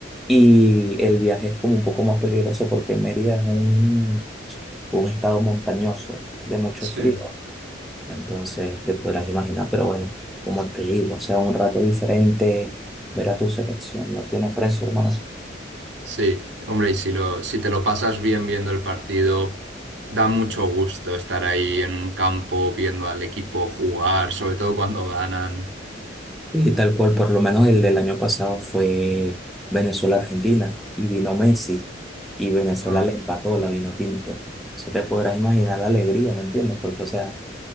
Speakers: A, in the centre; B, on the right (about 75°).
A: Y el viaje es como un poco más peligroso porque Mérida es un, un estado montañoso, de mucho
B: sí.
A: frío. Entonces te podrás imaginar, pero bueno, como te digo, o sea, un rato diferente, ver a tu selección, no tiene precio, hermano.
B: Sí, hombre, y si lo, si te lo pasas bien viendo el partido, da mucho gusto estar ahí en un campo viendo al equipo jugar, sobre todo cuando ganan.
A: Y tal cual, por lo menos el del año pasado fue Venezuela-Argentina y vino Messi y Venezuela
B: Ah.
A: le empató la vino tinto. Entonces te podrás imaginar la alegría, ¿me entiendes? Porque, o sea,